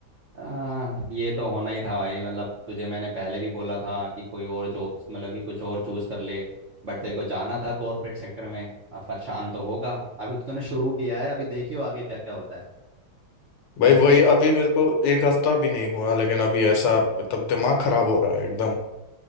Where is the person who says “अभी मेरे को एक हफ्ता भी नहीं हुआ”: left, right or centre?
Left